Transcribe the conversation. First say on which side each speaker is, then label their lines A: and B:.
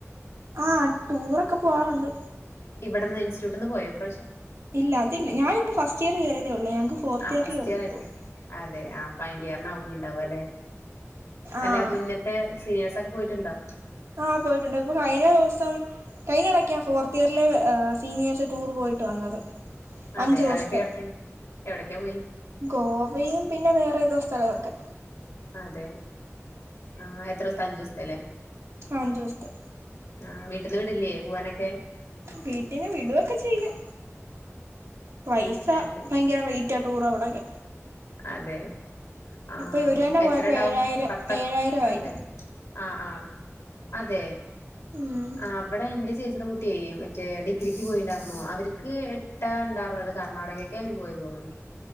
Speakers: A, on the right (about 65°); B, on the left (about 65°).
A: ആഹ് ടൂറൊക്കെ പോവാറുണ്ട്
B: ഇവിടുന്ന് ഇൻസ്റ്റ്യൂട്ടന്ന് പോയ ഇപ്രാവിശ്യ
A: ഇല്ല അതില്ല ഞാനിപ്പോ ഫസ്റ്റ് ഇയർ കയറതേ ഉള്ളൂ ഞൾക്ക് ഫോർത്ത്
B: ആഹ്
A: ഇയറൽ
B: ഫസ്റ്റ്
A: ഉള്ളൂന്ന്തോന്ന്
B: ഇയർ ആയിട്ടുണ്ട് അതെ ആഹ് ഫൈനലിയറിനാവും ഇനിഇണ്ടാവുകാല്ലെ
A: ആഹ്
B: അല്ല മുന്ന ന്നത്തെ സീനിയേഴ്സ്ക്കെ പോയിട്ടുണ്ടോ
A: ആഹ് പോയിട്ടുണ്ട് ഇപ്പൊ കഴിഞ്ഞ ദിവസം കഴിഞ്ഞടക്കെയാ ഫോർത്ത് ഇയറിലെ സീനിയേഴ്സ് ടൂർ പോയിട്ട് വന്നത്
B: അതെ
A: അഞ്ചു ദിവസത്തെ
B: അവരൊക്കെ എവിടക്ക എവിടേക്കാ പോയി
A: ഗോവയും പിന്നെ വേറെ ഏതോ സ്ഥലവുക്കെ
B: അതെ ആഹ് എത്ര ദിവസം അഞ്ചു ദിവസത്തെല്ലേ
A: ആഹ് അഞ്ചുസത്തേ
B: ആഹ് വീട്ടിന്ന് വിടില്ലേ പോവാനൊക്കെ
A: വീട്ടീന്ന് വിടൊക്കെ ചെയ്യും പൈസ
B: അതെ
A: ഭയങ്കര റയ് റ്റ ടൂർ അവിടൊക്കെ
B: അതെ ആഹ്
A: ഇപ്പൊ ഇവര് തന്നെ
B: എത്ര
A: പോയപ്പോ
B: ഉണ്ടാവും
A: ഏഴായിരം
B: പത്ത്
A: ഏഴായിരം ആയി
B: അതെ ആഹ് ആഹ് അതെ
A: ഉം
B: ആഹ് അവിടെ എന്റെ ചേച്ചിടെകു ചെയ മറ്റേ ഡിഗ്രിക്ക് പോയിണ്ടായിർന്ന അവർക്ക് എട്ടാ ഉണ്ടായിർന്ന അത് കർണാടകക്കെ അവര് പോയത് തോന്നണ്